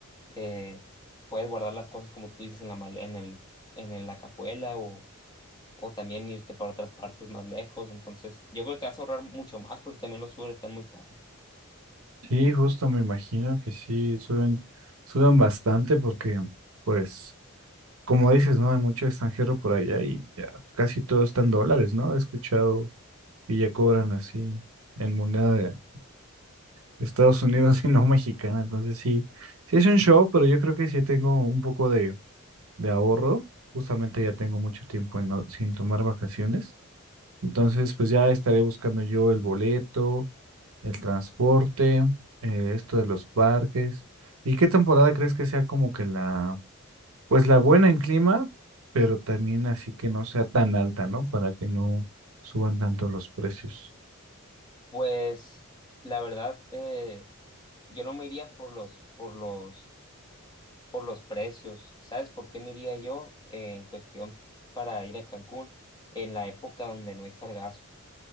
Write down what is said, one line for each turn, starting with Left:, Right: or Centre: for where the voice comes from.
Left: eh, puedes guardar las cosas como tú dices en la male- en el, en, en la cajuela o, o también irte para otras partes más lejos. Entonces, yo creo que te vas a ahorrar mucho más porque también los Uber están muy caros.
Right: Sí, justo me imagino que sí, suben, suben bastante porque, pues, como dices, ¿no? Hay mucho extranjero por allá y ya casi todo está en dólares, ¿no? He escuchado y ya cobran así en moneda de, de Estados Unidos <laughs> y no mexicana. Entonces sí, sí es un show, pero yo creo que sí tengo un poco de, de ahorro. Justamente ya tengo mucho tiempo en no- sin tomar vacaciones. Entonces, pues ya estaré buscando yo el boleto el transporte, eh, esto de los parques. ¿Y qué temporada crees que sea como que la, pues la buena en clima, pero también así que no sea tan alta, ¿no? Para que no suban tanto los precios.
Left: Pues, la verdad, eh, yo no me iría por los, por los, por los precios. ¿Sabes por qué me iría yo eh, en cuestión para ir a Cancún en la época donde no hay sargazo?